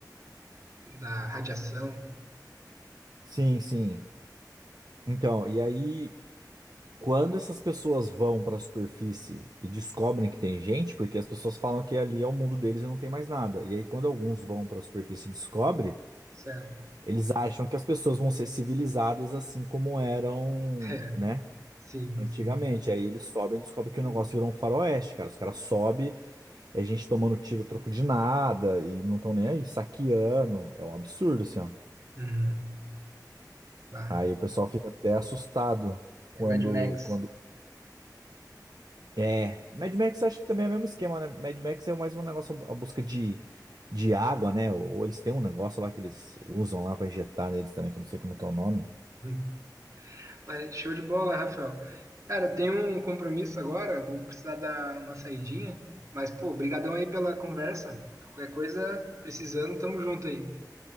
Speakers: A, on the right; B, on the right.
A: Da radiação,
B: Sim, sim. Então, e aí, quando essas pessoas vão para a superfície e descobrem que tem gente, porque as pessoas falam que ali é o mundo deles e não tem mais nada. E aí, quando alguns vão para a superfície e descobrem,
A: certo? <laughs>
B: eles acham que as pessoas vão ser civilizadas assim como eram,
A: É,
B: né?
A: sim,
B: Antigamente.
A: sim.
B: Aí eles sobem e descobrem que o negócio virou um faroeste, cara. Os caras sobem. É gente tomando tiro a troco de nada e não estão nem aí, saqueando. É um absurdo, assim, ó.
A: Uhum. Bah,
B: Aí o pessoal fica até assustado quando,
A: é Mad Max.
B: quando... É, Mad Max acho que também é o mesmo esquema, né? Mad Max é mais um negócio a busca de, de água, né? Ou, ou eles têm um negócio lá que eles usam lá pra injetar neles também, que eu não sei como é que é o nome.
A: Hum. Mas Show de bola, Rafael. Cara, tenho um compromisso agora, vou precisar dar uma saidinha. Mas, pô, brigadão aí pela conversa. Qualquer coisa, precisando, tamo junto aí.